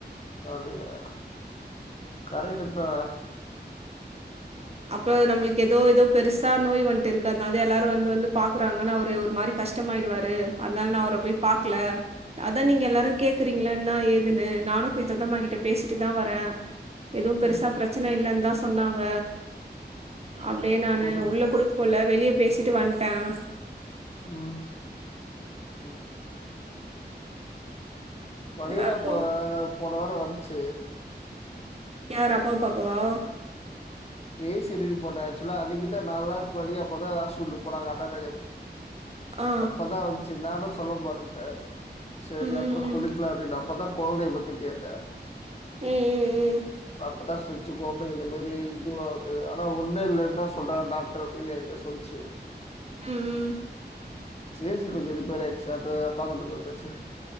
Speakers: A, on the left; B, on the right.
A: அப்டியா கரட்டுத்தா
B: அப்ற நம்மளுக்கு ஏதோ ஏதோ பெருசா நோய் வந்ட் ருக்கு அதனால த எல்லாரு வந்து வந்து பாக்குறாங்கன்னு அவரு ஒரு மாரி கஷ்டமாயிடுவாரு அதனால நா அவர போய் பாக்ல அதா நீங்கல்லாரு கேக்குறீங்களே இன்னா ஏதுன்னு நானு போய் சுத்தமாகிட்ட பேசிட்டுதா வரே எதுவும் பெருசா
A: ம்
B: பிரச்சன இல்லன் தா சொன்னாங்க அப்படியே நானு
A: ஒரு
B: உள்ள கூட போல வெளிய பேசிட்டு வந்தேன்
A: ம் ம் பன்னினாப்ப
B: எல்லாருக்கு
A: போன வந்துச்சு
B: யாரு அப்பாவ பாக்கவா
A: ஏ சரின்னு போன ஆச்வலா அன்னைக்குதா நாலு நாள் போனிங்க அப்பதா ஆ ஸ்லுக்கு போனாங்க அண்ணா நகர்
B: ஆ ஆ
A: அப்பதா வந்துச்சு நானு சொல்ல மறந்தன் சரி
B: ம் ம்
A: அப்பறோ சொல்லிக்லாம் அப்டின்னு ப்பத்தான் கொழந்தைய பத்தி கேட்டே
B: ம் ம் ம்
A: அப்பதா சுச்சு கொழந்தைக்கு இந்த மேரி இதுவாவது ஆனா ஒன்னு இல்லன் தா சொல்றாங்க டாக்டர் அப்படின்னு என்கிட்ட சொல்லிச்சு
B: ம் ம்
A: ஏசி கொஞ்சம் ரிப்பேர் ஆய்டுச்சா அதத பாக்கறதுக்கு வந்துச்சு